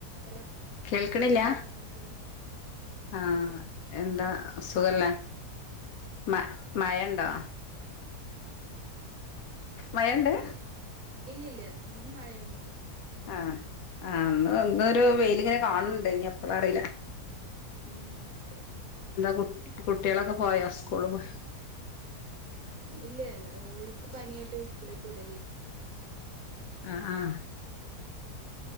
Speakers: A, on the right; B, on the left.
A: ഹലോ
B: കേൾക്കണില്ല
A: പറഞ്ഞോളൂ
B: ആ എന്താ സുഖല്ലേ മ മഴ്‌ണ്ടോ
A: ആ
B: മഴണ്ട്
A: ഇല്ലില്ല മഴയൊന്നുല്ല
B: ആ ആ അന്ന് ഇന്നൊരു വെയിലിങ്ങനെ കാണണണ്ട് ഇനി എപ്പളാറീല
A: ഉം അതെ
B: കു കുട്ടികളൊക്കെ പോയാ സ്കൂള് പോയ
A: ഇല്ലേക്ക് പനിയായിട്ട് സ്കൂളിക്ക് വിടലി
B: ആ ആ